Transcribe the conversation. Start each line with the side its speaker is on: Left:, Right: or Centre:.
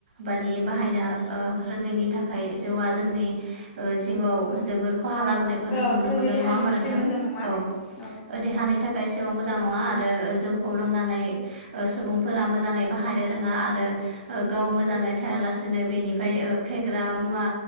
Right: बादि बाह बाहायनो रोङैनि थाखाय जिउआ जोंनि जिउआव जोबोर खहा लाबोनायखौ जों
Left: औ
Right: नुनो
Left: जोंनि
Right: मोनदों
Left: देहानि
Right: नङा मोनोंथों
Left: थाखाय मोजां नङा
Right: औ
Left: औ
Right: दहानि नि थाखाय एसेबां मोजां नङा आरो जौखौ लोंनानै सुबुंफोरा मोजाङै बाहायनो रोङा आरो गाव मोजाङै थाया लानो बेनिफ्राय फेग्रा मुवा